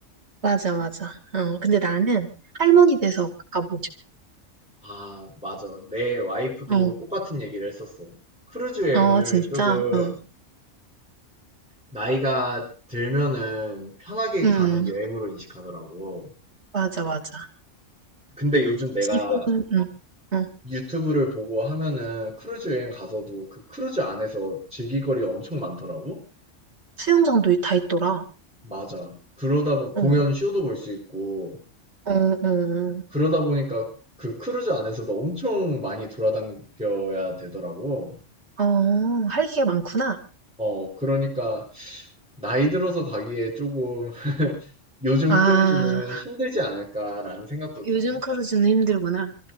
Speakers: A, on the right; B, in the centre.
A: 맞아, 맞아. 어, 근데 나는 할머니 돼서 가보고 싶어.
B: 아 맞아. 내 와이프도
A: 응,
B: 똑같은 얘기를 했었어. 크루즈 어, 여행을
A: 어, 진짜.
B: 조금
A: 응,
B: 나이가 들면은 편하게
A: 응,
B: 가는 여행으로 인식하더라고.
A: 맞아, 맞아.
B: 근데 요즘 내가
A: 지금은, 응, 응.
B: 유튜브를 보고 하면은 크루즈 여행 가서도 그 크루즈 안에서 즐길 거리가 엄청 많더라고.
A: 수영장도 다 있더라.
B: 맞아. 그러다 보 공연
A: 응,
B: 쇼도 볼 수 있고
A: 어, 어,
B: 그러다 보니까 그 크루즈 안에서도 엄청 많이 돌아다녀야 되더라고.
A: 어, 할 게 많구나.
B: 어, 그러니까 나이 들어서 가기에 조금 <laughs> 요즘
A: 아,
B: 크루즈는 힘들지 않을까라는 생각도 드네.
A: 요즘 크루즈는 힘들구나.